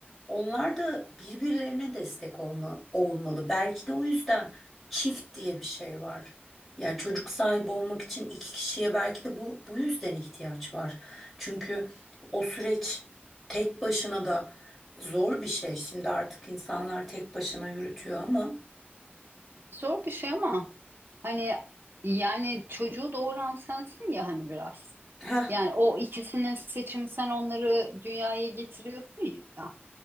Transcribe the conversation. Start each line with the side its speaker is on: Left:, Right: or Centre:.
Centre: Onlar da birbirlerine destek olma, olmalı. Belki de o yüzden çift diye bir şey var. Yani çocuk sahibi olmak için iki kişiye belki de bu, bu yüzden ihtiyaç var. Çünkü o süreç tek başına da zor bir şey. Şimdi artık insanlar tek başına yürütüyor ama.
Right: Zor bir şey ama hani yani çocuğu doğuran sensin ya hani biraz.
Centre: Heh,
Right: Yani o ikisinin seçimi sen onları dünyaya getiriyorsun ya.